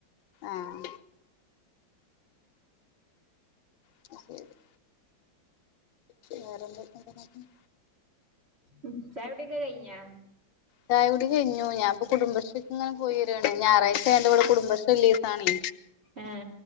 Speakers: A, on the left; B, on the right.
A: ആഹ് ന്നാ ശെരി വേറെന്തക്കെ <unintelligible>
B: ഉം ചായുട്യൊക്കെ കഴിഞ്ഞാ?
A: ചായ കുടി കഴിഞ്ഞു. ഞാപ്പോ കുടുംബശ്രീക്ക് ഇങ്ങനെ പോയി വരാണ് ഞായറാഴ്ച ആയണ്ട് ഇവടെ കുടുംബശ്രീ ഇല്ലീസാണേ.
B: ഏഹ്